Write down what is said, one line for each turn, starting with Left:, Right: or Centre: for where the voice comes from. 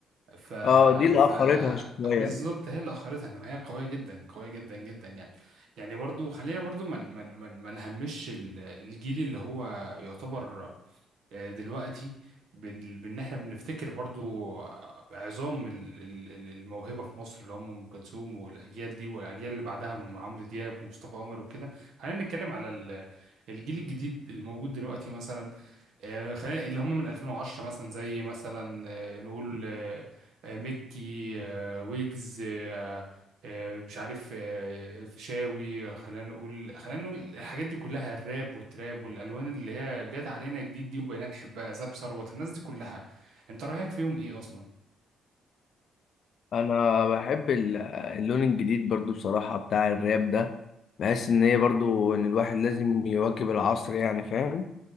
Right: ف
Left: اه دي اللي
Right: ف
Left: اخرتها شويه
Right: بالظبط هي اللي اخرتها ان هي قويه جدا قويه جدا جدا يعني يعني برضو خلينا برضو ما من من من ما نهمش ال- الجيل اللي هو يعتبر آه، دلوقتي بال- بان احنا بنفتكر برضو آه، عظام ال- ال- ال- الموهبه في مصر اللي هم ام كلثوم والاجيال دي والاجيال اللي بعدها من عمرو دياب ومصطفى قمر وكده خلينا نتكلم على ال- الجيل الجديد اللي موجود دلوقتي مثلا آه، خلينا اللي هم من 2010 مثلا زي مثلا آه، نقول آه، آه، ميكي آه، ويجز آه، آه، مش عارف آه، الفيشاوي آه، خلينا نقول خلينا نقول الحاجات دي كلها الراب والتراب والالوان اللي هي جت علينا جديد دي وبقينا نحبها زاب ثروت الناس دي كلها انت رايك فيهم ايه اصلا
Left: انا بحب ال- اللون الجديد برضو بصراحه بتاع الراب ده بحس ان هي برضو ان الواحد لازم يواكب العصر يعني فاهم